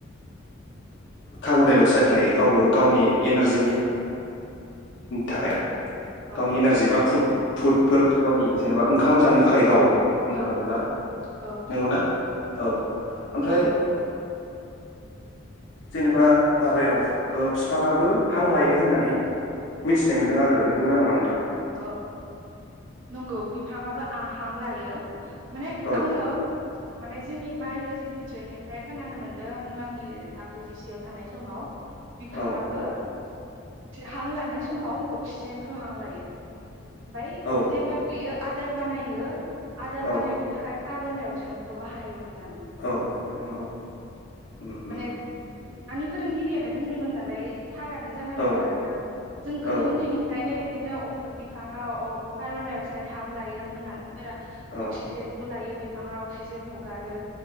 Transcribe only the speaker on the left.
कार्बन डाइ अक्साइद लायो गावबो गावनि एनारजिनि थाखाय
गावनि एनारजि
बा फुद फुदफोर गावनि जेनेबा ओंखाम जानो थाखाय गाव बुंनो
थाङोब्ला
नंगौ
ना औ ओमफ्राय
जेनेबा माबायाव बिफाङाबो हां लायो होननानै मिथिनाय मोनदों आरो नंगौना नङा नोंथां
औ
औ
औ
औ
औ नंगौ उम
उम।
औ
औ
औ